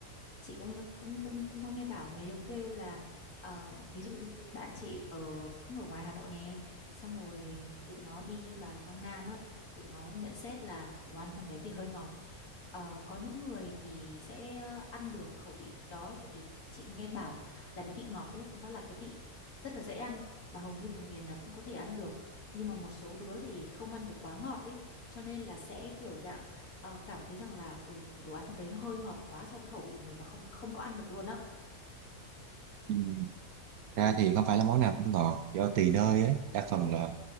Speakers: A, on the left (about 75°); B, on the right (about 75°).
A: chị cũng cũng cũng cũng có nghe bảo mấy đứa kêu là ờ, ví dụ như bạn chị ở cũng ở ngoài Hà Nội nè xong rồi tụi nó đi vào trong Nam á tụi nó nhận xét là đồ ăn trong đấy thì hơi ngọt Ờ, có những người thì sẽ ờ, ăn được khẩu vị đó tại vì chị nghe bảo là cái vị ngọt đấy nó là cái vị rất là dễ ăn mà hầu như vùng miền nào cũng có thể ăn được nhưng mà một số đứa thì không ăn được quá ngọt ấy cho nên là sẽ kiểu dạng ờ, cảm thấy rằng là ừ, đồ ăn trong đấy nó hơi ngọt quá so với khẩu vị của mình và không không có ăn được luôn á
B: Ừ. ra thì không phải là món nào cũng ngọt do tùy nơi ấy đa phần là